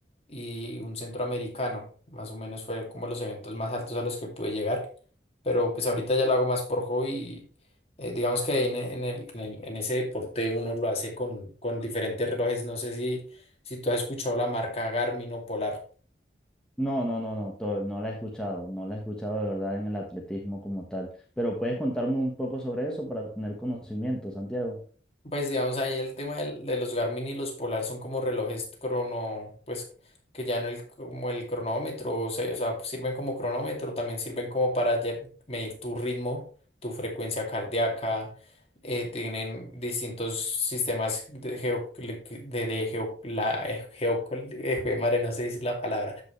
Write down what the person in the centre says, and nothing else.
No, no, no, no, to- no la he escuchado, no la he escuchado de verdad en el atletismo como tal, pero puedes contarme un poco sobre eso para tener conocimiento, Santiago.